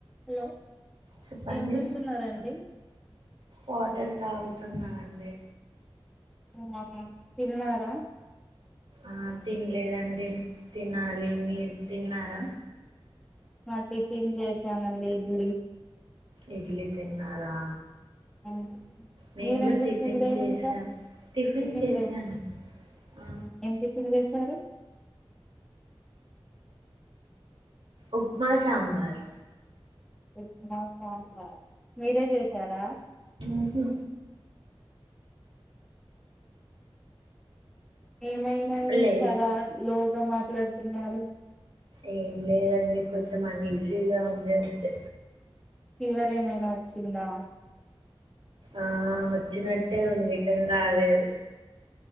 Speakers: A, in the centre; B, on the right.
A: Hello
B: చెప్పండి
A: ఏం చూస్తున్నారండి
B: వాటర్ తాగుతున్నా అండి
A: ఓ అవునా తిన్నారా
B: ఆ తినలేదండి తినాలి మీరు తిన్నారా
A: ఆ టిఫిన్ చేసానండి ఇడ్లీ
B: ఇడ్లీ తిన్నారా
A: ఉమ్
B: మేము
A: మీరు
B: కూడా
A: ఎందుకు
B: టిఫిన్
A: తినలేదు
B: చేసాం
A: ఇంకా టిఫిన్
B: చేశాను
A: లే
B: ఆ
A: ఏం టిఫిన్ చేసారు
B: ఉప్మా సాంబార్
A: ఉప్మా సాంబార్ మీరే చేసారా
B: ఉహు
A: ఏమైందండి
B: లేదు
A: చాలా లోగ్ గా మాట్లాడుతున్నారు.
B: ఏం లేదండి కొంచెం అని ఈజీగా ఉంది అంతె.
A: ఫీవర్ ఏమైనా వచ్చిందా.
B: ఆ వచ్చినట్టే ఉంది కని రాలేదు.